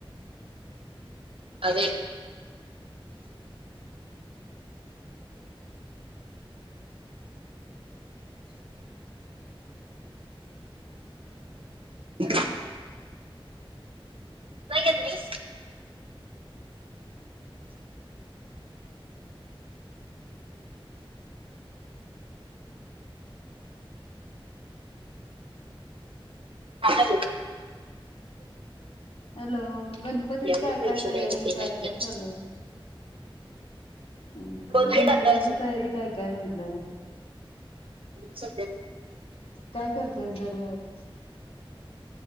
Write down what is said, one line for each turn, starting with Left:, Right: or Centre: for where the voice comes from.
Right: येत <inaudible> नाही येत तम्ही ह
Left: हॅलो गणपतीत
Right: यावर
Left: काय
Right: पैसे
Left: काय तयारी
Right: द्यायचे ते
Left: काय
Right: नाही द्यायचे
Left: काय चालू हम्
Right: बघायला
Left: गणपतीची
Right: आता
Left: तयारी काय काय म्हटलं
Right: <inaudible> दर
Left: करतेस दरवेळेस?